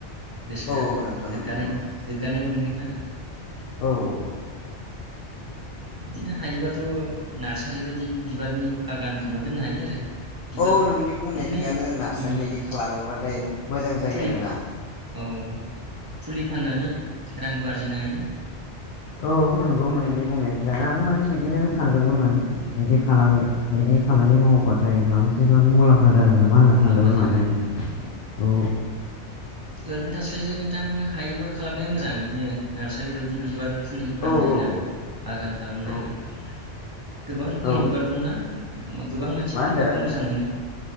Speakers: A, on the right; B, on the left.
A: गोसोआ
B: औ औ नोंथां
A: गोग्गानाय
B: ओं नंगौ नंगौ
A: गोग्गानाय‌ मोनगोन आरो
B: औ औ
A: बिदिनो हायोबा थ' नार्सारि बायदि बिबारनि बागान खालामना दोननो हायो आरो बिबार
B: औ
A: बिदिनो
B: नोंनि बुंनाया थिगानो जों नार्सारि
A: ओम
B: बायदि खालामोबाथाय
A: औ
B: मोजां जायो
A: फुलि
B: आरोना
A: औ फुलि फाननानै रांबो आरजिनो हायो
B: औ नंगौ नोंनि बुंनाया थिगानो आंबो माने बिदिनो सानदोंमोन माने बिदि खालामै बिदि खामानि मावोबाथाय माबा मोनसेबाबो मुलाम्फा जागोन नामा होनना सानदोंमोन
A: मुलाम्फा जागोन
B: माने आङो
A: औ
B: औ
A: ओरैनो थासस्लाय <unintelligible> नोंथां हायोबा खालामनाया मोजां बिदिनो नार्सारि बायदि
B: औ
A: बिबार फुलि फाननाय
B: औ औ
A: नार बागान खालामनाय
B: नोंथां
A: गोबां रोखोमनि
B: औ
A: बिबार दंना गोबां मानसियानो
B: मा
A: बिबारखौ
B: होनदों?
A: मोजां मोनो